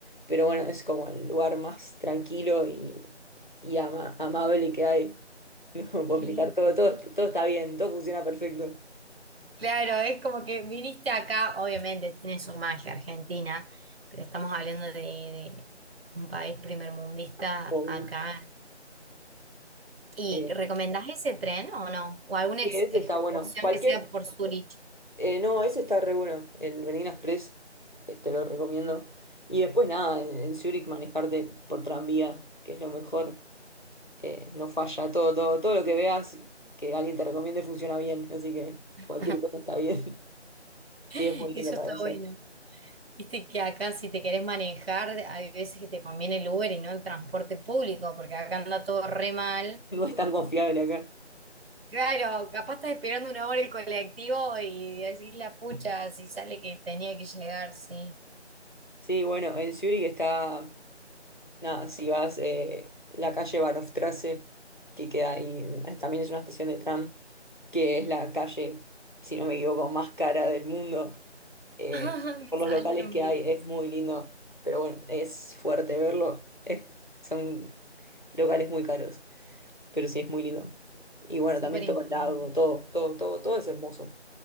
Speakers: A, on the left; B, on the right.
A: Pero bueno, es como el lugar más tranquilo y, y ama- amable que hay. <laughs> No puedo
B: qué
A: explicar
B: lindo.
A: todo, todo, todo está bien, todo funciona perfecto,
B: Claro, es como que viniste acá, obviamente tiene su magia Argentina, pero estamos hablando de, de un país primermundista
A: obvio.
B: acá. ¿Y
A: Eh,
B: recomendás ese tren o no? ¿O alguna
A: y
B: ex-
A: eso
B: excursión
A: está bueno. Cualquier
B: que sea por Zurich?
A: Eh, no, ese está re bueno, el Berlín Express, eh, te lo recomiendo. Y después nada, en, en Zurich manejarte por tranvía, que es lo mejor, eh, no falla, todo, todo, todo lo que veas que alguien te recomiende funciona bien, así que
B: <laughs>
A: cualquier cosa está bien. <laughs> Sí,
B: <laughs>
A: es muy lindo
B: Eso
A: para
B: está
A: pasear.
B: bueno. Viste que acá si te querés manejar, hay veces que te conviene el Uber y no el transporte público, porque acá anda todo re mal.
A: No es tan confiable acá.
B: Claro, capaz estás esperando una hora el colectivo y decís la pucha, si sale que tenía que llegar, sí.
A: Sí, bueno, en Zurich está, nada, si vas eh, la calle Bahnhofstrasse, que queda ahí, eh, también es una estación de tram que es la calle, si no me equivoco, más cara del mundo, eh,
B: <laughs> Me
A: por
B: salieron
A: los locales que
B: videos.
A: hay, es muy lindo, pero bueno, es fuerte verlo, es- son locales muy caros, pero sí es muy lindo. Y bueno,
B: Súper
A: también
B: imponente,
A: todo el lago, todo, todo, todo, todo es hermoso,